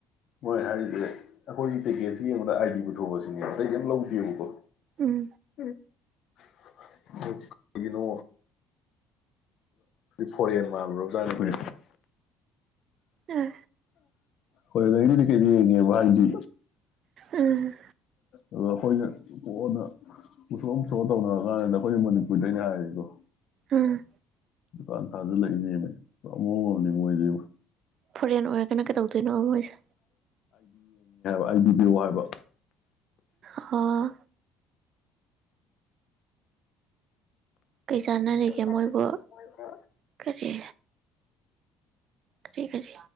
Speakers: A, on the left; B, on the right.
A: ꯃꯣꯏ ꯍꯥꯏꯔꯤꯁꯦ ꯑꯩꯈꯣꯏꯒꯤ ꯇꯦꯛꯀꯦꯠꯁꯤ ꯌꯦꯡꯕꯗ ꯑꯥꯏꯗꯤ ꯄꯨꯊꯣꯛꯑꯁꯤꯅꯦꯕ ꯀꯇꯩꯗꯤꯝ ꯂꯧꯗꯦꯕꯀꯣ ꯑꯟꯏꯟꯇꯦꯜꯂꯤꯖꯦꯕꯜ
B: ꯎꯝ
A: ꯒꯤꯅꯣ ꯐꯣꯔꯦꯟ ꯃꯥꯜꯂꯨꯔꯞꯖꯥꯠꯅꯤ
B: ꯑꯥ
A: ꯍꯣꯏ ꯂꯩꯔꯤꯗꯤ ꯀꯩ ꯌꯦꯡꯉꯦꯕ ꯍꯥꯏꯗꯤ
B: ꯎꯝ
A: ꯑ ꯑꯩꯈꯣꯏꯅ ꯀꯣꯟꯅ ꯄꯨꯊꯣꯛꯑꯣ ꯄꯨꯊꯣꯛꯑꯣ ꯇꯧꯅ ꯀꯥꯟꯁꯤꯗ ꯑꯩꯈꯣꯏꯁ ꯃꯅꯤꯄꯨꯔꯗꯩꯅ ꯍꯥꯏꯔꯤꯗꯣ
B: ꯎꯝ
A: ꯗꯨꯀꯥꯟꯊꯥꯖꯜꯂꯛꯏꯅꯦꯃꯤ ꯑꯃꯨꯣꯅꯤ ꯃꯣꯏꯗꯤ
B: ꯐꯣꯔꯦꯟ ꯑꯣꯏꯔꯒꯅ ꯀꯩꯗꯧꯗꯣꯏꯅꯣꯕ ꯃꯣꯏꯁꯤ
A: ꯑꯩꯒꯤꯕꯤꯌꯨ ꯍꯥꯏꯕ
B: ꯑꯣ ꯀꯩ ꯆꯥꯟꯅꯔꯤꯒꯦ
A: ꯀꯩ ꯆꯥꯟꯅꯔꯤꯒꯦ
B: ꯃꯣꯏꯕꯣ
A: ꯃꯣꯏꯕꯨ
B: ꯀꯔꯤ ꯀꯔꯤ ꯀꯔꯤ